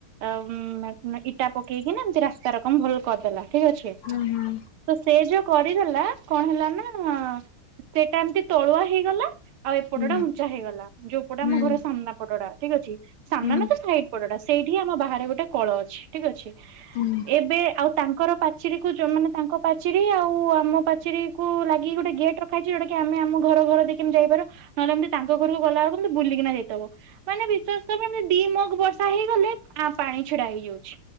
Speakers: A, on the right (about 85°); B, on the left (about 80°).
A: ଆ ଉ ଇଟା ପକେଇକିନା ଏମିତି ରାସ୍ତା ରକମ ଭଲ କରିଦେଲା ଠିକ ଅଛି
B: ହୁଁ ହୁଁ।
A: ତ ସେ ଯୋଉ କରିଦେଲା କଣ ହେଲା ନା ସେଟା ଏମିତି ତଳୁଆ ହେଇଗଲା। ଆଉ ଏପଟା
B: ହୁଁ ହୁଁ
A: ଉଞ୍ଚା ହେଇଗଲା ଯୋଉପଟେ ଆମ
B: ହୁଁ
A: ଘର ସାମ୍ନା ପଟଟା ଠିକ ଅଛି ସାମ୍ନା
B: ହୁଁ
A: ନା ତ ସା ଏଇପଡଟା ସେଇଠି ଆମ ବାହାରେ ଗୋଟେ କଳ ଅଛି ଠିକ ଅଛି।
B: ହୁଁ।
A: ଏବେ ଆଉ ତାଙ୍କର ପାଚିରୀ କୁ ଯୋଉ ମାନେ ତାଙ୍କ ପାଚେରୀ ଆଉ ଆମ ପାଚେରୀକୁୁ ଲାଗି ଗୋଟେ ଗେଟ୍ ର ଖା ହେଇଛି ଯଉଟା କି ଆମେ ଆମ ଘର ଘରଦେଇକି ଏମିତି ଯାଇପାରୁ ନହେଲେ ଏମତି ତାଙ୍କ ଘରକୁ ଗଲାବେଳୁକୁ ଅନ୍ତି ବୁଲିକିନା ଯାଇତବା କୁମ ବୁଲିକିନା ଯାଇତବ। ମାନେ ବିଶ୍ଵାସ କରବନି ଦିମଗ ବର୍ଷା ହେଇଗଲେ ଆ ପାଣି ଛିଡା ହେଇଯାଉଛି।